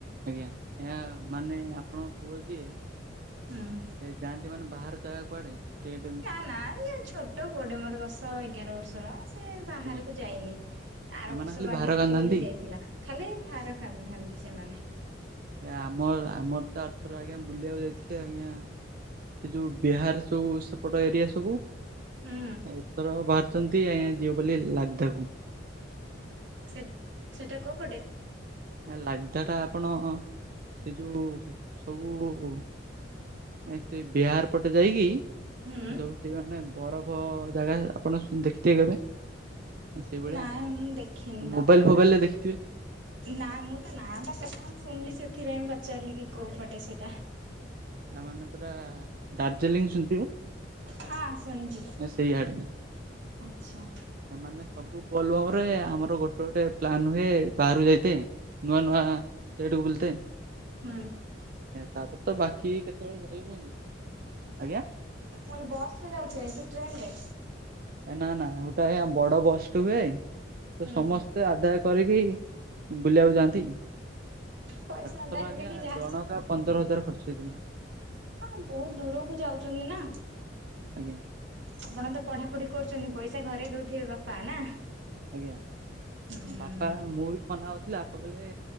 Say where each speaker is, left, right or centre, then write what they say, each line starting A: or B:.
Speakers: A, on the right (about 50°); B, on the right (about 80°).
A: ଆଜ୍ଞା ଆଜ୍ଞା ମାନେ ଆପଣଙ୍କ ପୁଅ ଯିଏ
B: ହଁ।
A: ଏ ଯାଆନ୍ତି ମାନେ ବାହାର ଯାଗା କୁଆଡେ? ଷ୍ଟେଟ
B: ନା ନା ଇଏ ଛୋଟ ପୁଅଟେ ମୋର ଦଶ ଏଗାର ବର୍ଷର। ସେ ବାହାରକୁ
A: ଆଜ୍ଞା
B: ଯାଇନି ଆର
A: ଏମାନେ
B: ବର୍ଷ
A: ଖାଲି
B: ବାଗି
A: ଭାର କାନ୍ଧାନ୍ତି।
B: ପୁରୀ ଯାଇଥିଲା। ଖାଲି ଭାର କାନ୍ଧାନ୍ତି ସେମା
A: ଏ ଆମ ଆମର ତ ଆରଥର ଆଜ୍ଞା ବୁଲିବାକୁ ଯାଇଥିଲେ ଆଜ୍ଞା ସେ ଯୋଉ ବିହାର ସୋଉ ସେପଟ ଏରିଆ ସବୁ।
B: ହୁଁ
A: ଏଥରକ ବାହାରିଛନ୍ତି ଆଜ୍ଞା ଯିବେ ବୋଲି ଲାଗଧାକୁ।
B: ସେ ସେଟା କୋଉ ପଟେ?
A: ଏ ଲାଗଧା ଟା ଆପଣ ସେ ଯୋଉ ସବୁ ଏ ସେ ବିହାର ପଟେ ଯାଇକି
B: ହୁଁ
A: ଏସବୁ ସେ ମାନେ ବରଫ ଜାଗା ଆପଣ ଶୁ ଦେଖିଥିବେ କେବେ? ସେଇଭଳିଆ
B: ନାଇଁ ମୁଁ ଦେଖିନି
A: ଆଉ
B: ତ।
A: ମୋବାଇଲ୍ ଫୋବାଇଲରେ ଦେଖିଥିବେ?
B: ନା ମୁଁ ତା ନାଁ ଟା ପ୍ରଥମ ଶୁଣିଲି ସେଥିପାଇଁ ପଚାରିଲି କି କୋଉ ପଟେ ସେଇଟା।
A: ଆ ମାନେ ପୁରା ଦାର୍ଜିଲିଂ ଶୁଣିଥିବେ?
B: ହଁ ଶୁଣିଛି
A: ସେଇଆଡେ
B: ଆଛା।
A: ଏମାନେ ସବୁ ବୋଲଵମ ରେ ଆମର ଗୋଟେ ଗୋଟେ ପ୍ଲାନ ହୁଏ। ବାହାରାରୁ ଯାଇତେ ନୂଆ ନୂଆ ଷ୍ଟେଟକୁ ବୁଲିତେ।
B: ହଁ।
A: ତାପରେ ତ ବାକି କେତେବେଳେ ଯାଇ ହୁଏନି ଆଜ୍ଞା।
B: ମୁଁ କହିଲି ବସ ରେ ଯାଉଛ କି ଟ୍ରେନରେ?
A: ଏ ନା ନା ଗୋଟାଏ ବଡ ବସଟେ ହୁଏ ତ
B: ହୁଁ
A: ସମସ୍ତେ ଆଦାୟ କରିକି ବୁଲିବାକୁ ଯାଆନ୍ତି
B: ପଇସା
A: ଏଥର
B: ଆଦାୟ କରିକି
A: ଆଜ୍ଞା
B: ଯା
A: ଜଣକା ପନ୍ଦର ହଜାର ଖର୍ଚ୍ଚ ହେଇଥିଲା।
B: ହଁ ବହୁତ ଦୂରକୁ ଯାଉଛନ୍ତି ନା।
A: ଆଜ୍ଞା।
B: ଆପଣ ତ ପଢାପଢି କରୁଛନ୍ତି ପଇସା ଘରେ ଦଉଥିବେ ବାପା ନା?
A: ଆଜ୍ଞା
B: ହୁଁ।
A: ବାପା ମୁଁ ବି ମନା କ ଲାପା କହିଲେ